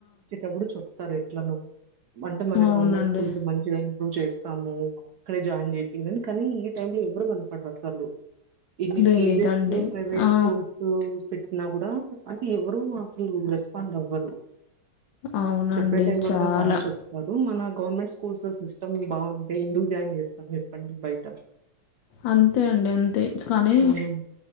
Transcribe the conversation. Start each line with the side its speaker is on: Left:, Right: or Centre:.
Right: ఎప్పుడు చెప్తారు ఎట్లనో అంటే మన
Left: అవునండి
Right: గవర్నమెంట్ స్కూల్స్ మంచిగా ప్రూవ్ చేస్తాము అక్కడే జాయిన్ <unintelligible> కానీ ఈ టైమ్ లో ఎవరు కనపడారు అసలు ఇన్ని
Left: లేదండి
Right: ఫీజెస్ ప్రైవేట్
Left: ఆ,
Right: స్కూల్స్ పెట్టినా కూడ అ <unintelligible> ఎవరు అసలు రెస్పాండ్ అవ్వరు
Left: అవునండి
Right: చెప్పే టై లోనే
Left: చాలా
Right: బాగా చెప్ వారు మన గవర్నమెంట్ స్కూల్లో సిస్టమ్ బాగుంటే ఎందుకు జాయిన్ చేస్తారు చేప్పండి బయట
Left: అంతే అండి అంతే కానీ
Right: హ్మ్.